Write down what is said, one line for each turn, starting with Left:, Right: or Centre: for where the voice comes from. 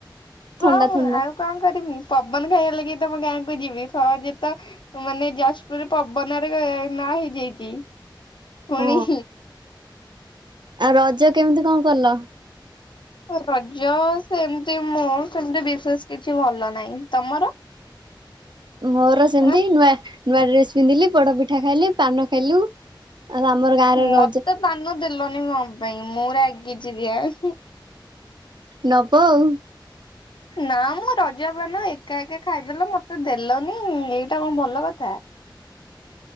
Right: ଥଣ୍ଡା
Left: ହଁ ମ
Right: ଥଣ୍ଡା
Left: ଆଉ କଣ କରମି ପବନ ଖାଇବା ଲାଗି ତମ ଗାଁକୁ ଯିବି ସହଯେ ତ ମାନେ ଯାଜପୁର ପବନରେ ନା ହେଇଯାଇଛି ପୁଣି
Right: ହଁ ଆଉ ରଜ କେମିତି କଣ କଲ?
Left: ରଜ ସେମିତି ମୁଁ ସେମିତି ବିଶେଷ କିଛି ଭଲ ନାହିଁ ତମର? <inaudible>
Right: ମୋର ସେମତି
Left: ଆଁ
Right: ନୂଆ ନୂଆ ଡ୍ରେସ ପିନ୍ଧିଲି ପୋଡ ପିଠା ଖାଇଲି ପାନ ଖାଇଲୁ। ଆଉ ଆମର ଗାଁରେ
Left: ମତେ
Right: ରଜ
Left: ପାନ ଦେଲନି କଣ ପାଇଁ ମୁଁ ରାଗିଚି ଜା ହିଁ?
Right: ନବ ଆଉ।
Left: ନା ମ ରଜ ପାନ ଏକା ଏକା ଖାଇଦେଲ ମତେ ଦେଲନି ଏଇଟା କଣ ଭଲ କଥା?